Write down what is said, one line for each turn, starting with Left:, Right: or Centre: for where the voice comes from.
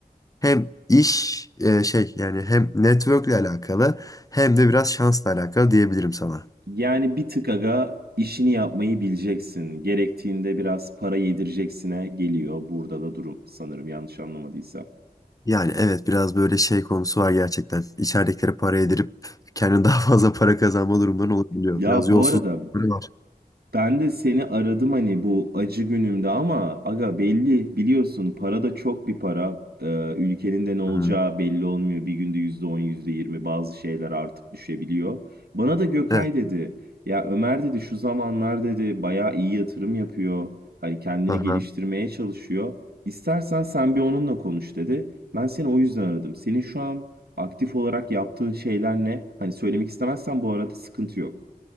Left: hem iş e, şey yani hem network'le alakalı hem de biraz şansla alakalı diyebilirim sana.
Right: Yani bir tık aga işini yapmayı bileceksin. Gerektiğinde biraz para yedireceksine geliyor burada da durum sanırım yanlış anlamadıysam.
Left: Yani evet biraz böyle şey konusu var gerçekten. İçeridekilere para yedirip kendine daha fazla para kazanma durumları olabiliyor.
Right: Ya
Left: Biraz yolsuzlukları
Right: bu arada
Left: var.
Right: Ben de seni aradım hani bu acı günümde ama aga belli biliyorsun para da çok bir para. Ee, ülkenin de ne olacağı
Left: Hı hı.
Right: belli olmuyor. Bir günde yüzde on yüzde yirmi bazı şeyler artıp düşebiliyor. Bana da Gökay
Left: Evet.
Right: dedi. Ya Ömer dedi şu zamanlar dedi bayağı iyi yatırım yapıyor. Hani kendini
Left: Aha.
Right: geliştirmeye çalışıyor. İstersen sen bir onunla konuş dedi. Ben seni o yüzden aradım. Senin şu an aktif olarak yaptığın şeyler ne? Hani söylemek istemezsen bu arada sıkıntı yok.